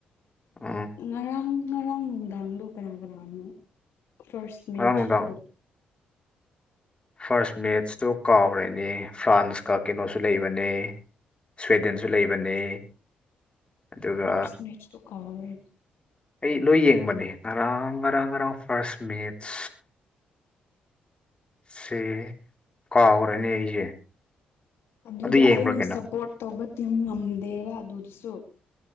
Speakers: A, on the left; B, on the left.
A: ꯎꯝ
B: ꯉꯔꯥꯡ ꯉꯔꯥꯡ ꯅꯨꯡꯗꯥꯡꯗꯣ ꯀꯅꯥ ꯀꯅꯥꯅꯣ ꯐꯥꯔ꯭ꯁ ꯃꯦꯠ꯭ꯁꯇꯣ
A: ꯉꯔꯥꯡ ꯅꯨꯡꯗꯥꯡ ꯐꯥꯔꯁ ꯃꯦꯠ꯭ꯁꯇꯣ ꯀꯥꯎꯔꯦꯅꯦ ꯐ꯭ꯔꯥꯟꯁꯀ ꯀꯩꯅꯣꯁꯨ ꯂꯩꯕ ꯂꯩꯕꯅꯦ ꯁ꯭ꯋꯦꯗꯦꯟꯁꯨ ꯂꯩꯕꯅꯦ ꯑꯗꯨꯒ
B: ꯐꯥꯔ꯭ꯁ ꯃꯦꯠ꯭ꯁꯇꯣ ꯀꯥꯥꯎꯔꯦꯅꯦ
A: ꯑꯩ ꯂꯣꯏ ꯌꯦꯡꯕꯅꯦ ꯉꯔꯥꯡ ꯉꯔꯥꯡ ꯉꯔꯥꯡ ꯐꯥꯔꯁ ꯃꯦꯠ꯭ꯁ ꯁꯦ ꯀꯥꯎꯒ꯭ꯔꯦꯅꯦ ꯑꯩꯁꯦ
B: ꯑꯗꯨꯗ
A: ꯑꯗꯨ ꯌꯦꯡꯕ꯭ꯔꯥ
B: ꯑꯩꯅ
A: ꯀꯩꯅꯣ
B: ꯁꯞꯄꯣꯔꯠ ꯇꯧꯕ ꯇꯤꯝ ꯉꯝꯗꯦꯕ ꯑꯗꯨꯗꯁꯨ